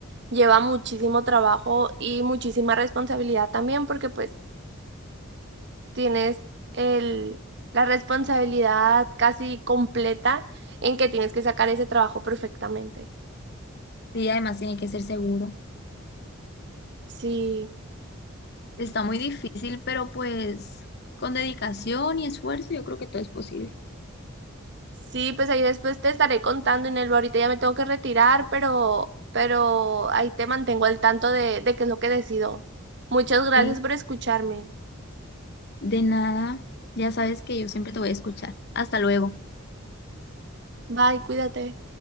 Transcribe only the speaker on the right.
lleva muchísimo trabajo y muchísima responsabilidad también, porque pues tienes el, la responsabilidad casi completa en que tienes que sacar ese trabajo perfectamente.
Sí,
sí, pues ahí después te estaré contando, Inelva. Ahorita ya me tengo que retirar, pero, pero ahí te mantengo al tanto de, de qué es lo que decido. Muchas gracias
por escucharme.
Bye, cuídate.